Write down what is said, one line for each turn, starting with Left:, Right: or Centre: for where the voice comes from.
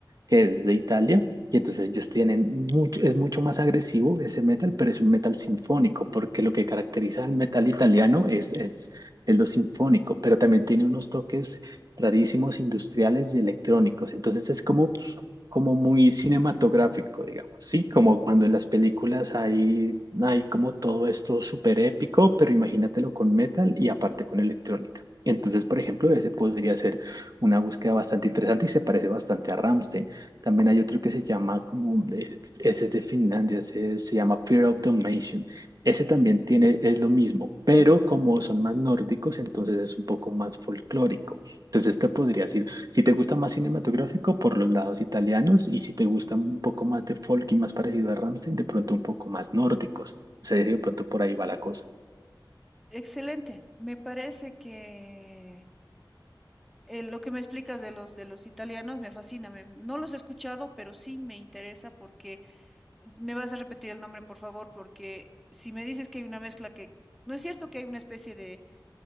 Right: que es de Italia, y entonces ellos tienen mucho, es mucho más agresivo ese metal, pero es un metal sinfónico, porque
Centre: Ex-
Right: lo que caracteriza
Centre: ah, ya,
Right: al metal italiano es, es el lo sinfónico, pero también tiene unos toques rarísimos industriales y electrónicos. Entonces es como como muy cinematográfico, digamos, ¿sí? Como cuando en las películas hay, hay como todo esto súper épico, pero imagínatelo con metal y aparte con electrónica. Entonces, por ejemplo, ese podría ser una búsqueda bastante interesante y se parece bastante a Rammstein. También hay otro que se llama como, de- ese es de Finlandia, ese se llama Fear of Domination. Ese también tiene,
Centre: ya.
Right: es lo mismo, pero como son más nórdicos, entonces es un poco más folclórico. Entonces te podrías ir si te gusta más cinematográfico, por los lados italianos, y si te gusta un poco más de folk y más parecido a Rammstein, de pronto un poco más nórdicos. O sea, de pronto por ahí va la cosa.
Centre: Excelente, me parece que... Eh, lo que me explicas de los de los italianos me fascina. me- no los he escuchado, pero sí me interesa porque me vas a repetir el nombre, por favor, porque si me dices que hay una mezcla que no es cierto que hay una especie de